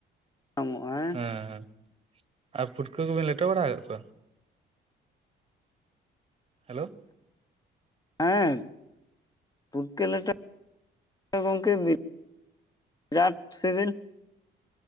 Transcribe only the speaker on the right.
ᱦᱮᱸ ᱦᱮᱸ᱾ ᱟ ᱯᱷᱩᱴᱠᱟᱹ ᱠᱚᱵᱮᱱ ᱞᱮᱴᱚ ᱵᱟᱲᱟᱣ ᱠᱟᱜ ᱠᱚᱣᱟ? ᱦᱮᱞᱳ᱾